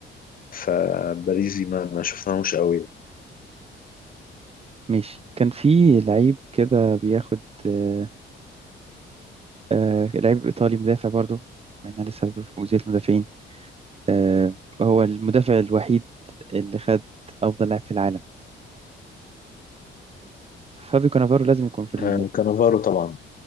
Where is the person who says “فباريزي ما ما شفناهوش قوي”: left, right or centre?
Left